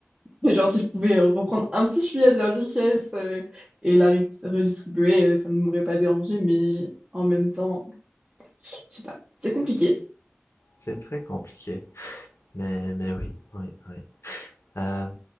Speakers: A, on the right; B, on the left.
A: Mais genre, si je pouvais euh, reprendre un petit filet de leur richesse euh, et la ri- redistribuer, euh, ça ne m'aurait pas dérangé, mais en même temps, je sais pas, c'est compliqué.
B: c'est très compliqué, mais, mais oui, oui, oui. Euh,